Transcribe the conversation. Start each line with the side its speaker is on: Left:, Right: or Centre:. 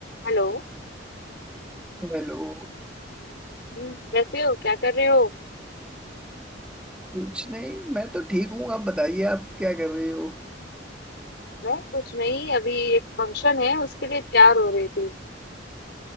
Left: Hello
Centre: हेलो
Left: हम्म, कैसे हो क्या कर रहे हो
Centre: कुछ नहीं मैं तो ठीक हूँ आप बताइए आप क्या कर रही हो
Left: मैं कुछ नहीं अभी एक फंक्शन है उसके लिए तैयार हो रही थी